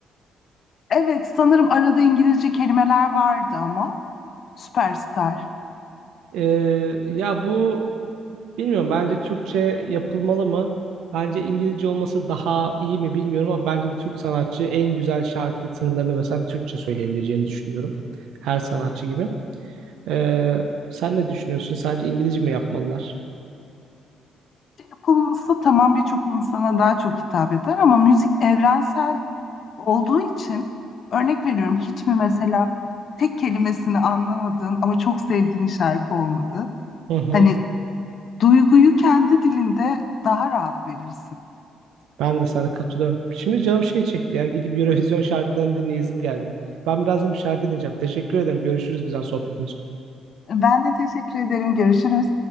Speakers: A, on the left; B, on the right.
A: Evet sanırım arada İngilizce kelimeler vardı ama Süperstar.
B: Ee, ya bu bilmiyorum bence Türkçe yapılmalı mı? Bence İngilizce olması daha iyi mi bilmiyorum ama bence bir Türk sanatçı en güzel şarkı sınırlarını mesela Türkçe söyleyebileceğini düşünüyorum. Her sanatçı gibi. Ee, sen ne düşünüyorsun? Sence İngilizce mi yapmalılar?
A: Yapılması tamam birçok insana daha çok hitap eder ama müzik evrensel olduğu için örnek veriyorum hiç mi mesela tek kelimesini anlamadığın ama çok sevdiğin şarkı olmadı?
B: Hı hı.
A: Hani Duyguyu kendi dilinde daha rahat verirsin.
B: Ben de sana katılıyorum. Şimdi canım şey çekti ya. Gidip Eurovision şarkılarını dinleyesim geldi. Ben biraz gidip şarkı dinleyeceğim. Teşekkür ederim. Görüşürüz güzel sohbetin için.
A: Ben de teşekkür ederim. Görüşürüz.